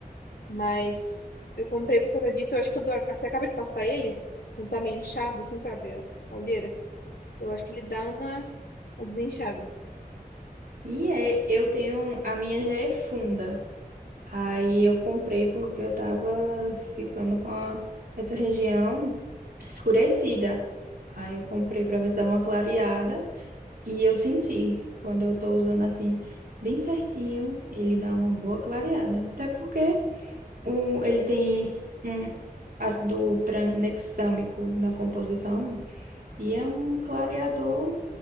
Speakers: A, on the left; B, on the right.
A: Mas eu comprei por causa disso. Eu acho que quando a- você acaba de passar ele, quando tá meio inchado, assim, sabe, a a olheira, eu acho que ele dá uma, uma desinchada.
B: E é, eu tenho. A minha já é funda. Aí eu comprei porque eu tava ficando com a- essa região escurecida. Aí eu comprei pra ver se dava uma clareada. E eu senti, quando eu tô usando assim, bem certinho, ele dá uma boa clareada. Até porque. O, ele tem um ácido tranexâmico na composição e é um clareador